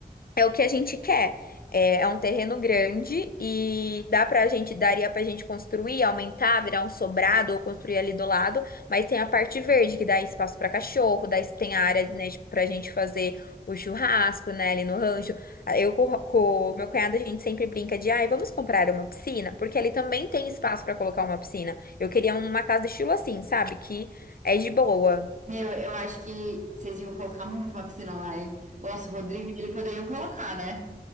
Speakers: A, on the left; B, on the right.
A: É o que a gente quer. É, é um terreno grande e dá pra gente, daria pra gente construir, aumentar, virar um sobrado ou construir ali do lado, mas tem a parte verde que dá espaço para cachorro, dá, es- tem a área, né, de- pra gente fazer o churrasco, né, ali no rancho. Ah, Eu com, com meu cunhado a gente sempre brinca de, ai, vamos comprar uma piscina, porque ali também tem espaço para colocar uma piscina. Eu queria uma casa estilo assim, sabe? Que é de boa.
B: Meu, eu acho que vocês iam colocar muito uma piscina lá, hein? Nossa, O Rodrigo, ele poderiam colocar, né?